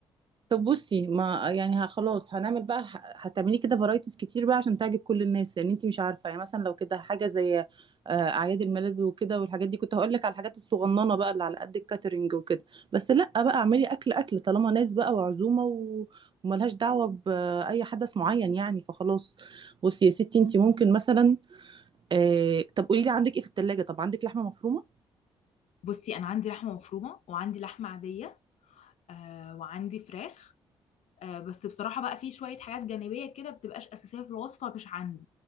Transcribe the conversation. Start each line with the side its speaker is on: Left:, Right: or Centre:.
Right: طب بصي ما يعني ه- خلاص هنعمل بقى ه- هتعملي كده فرايتيز كتير بقى عشان تعجب كل الناس لان انت مش عارفه يعني مثلا لو كده حاجه زي آه، اعياد الميلاد وكده والحاجات دي كنت هقول لك على الحاجات الصغننه بقى اللي على قد الكاترينج وكده بس لا بقى اعملي اكل اكل طالما ناس بقى وعزومه و- وملهاش دعوه باي حدث معين يعني فخلاص بصي يا ستي انت ممكن مثلا آه، طب قولي لي عندك ايه في الثلاجه طب عندك لحمه مفرومه
Left: بصي أنا عندي لحمة مفرومة وعندي لحمة عادية آه وعندي فراخ آه بس بصراحة بقى في شوية حاجات جانبية كده بتبقاش أساسية في الوصفة مش عندي